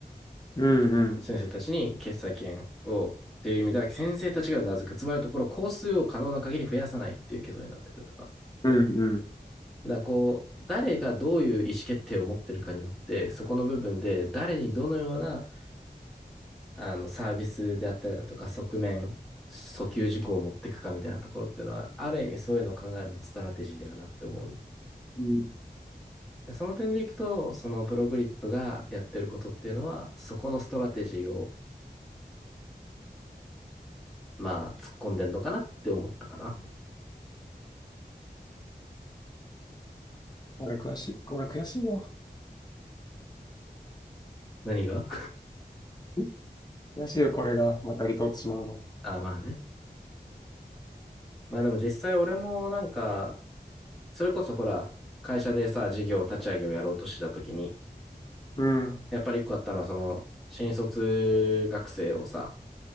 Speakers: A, on the left; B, in the centre.
A: うん、うん、
B: 先生たちに決裁権を、という意味では、先生たちがうなずく。つまりのところ、工数を可能な限り増やさないっていう結論になってくるとか。
A: うん。
B: だからこう、誰がどういう意思決定を持ってるかによって、そこの部分で、誰にどのような、あの、サービスであったりだとか、側面、訴求事項を持っていくかみたいなところっていうのは、ある意味そういうのを考えるのもストラテジーだよなって思う。
A: うん
B: でその点でいくと、そのプログリッドがやってることっていうのは、そこのストラテジーを、まあ、突っ込んでんのかなって思ったかな。
A: 俺悔しい、俺悔しいよ。
B: 何が
A: <laughs> 悔しいよ、これが、また離島ってしまうの。
B: <laughs> あ、まあね。まあでも実際俺もなんか、それこそほら、会社でさ、事業立ち上げをやろうとしたた時に、
A: うん、
B: やっぱり一個あったのは、その、新卒学生をさ、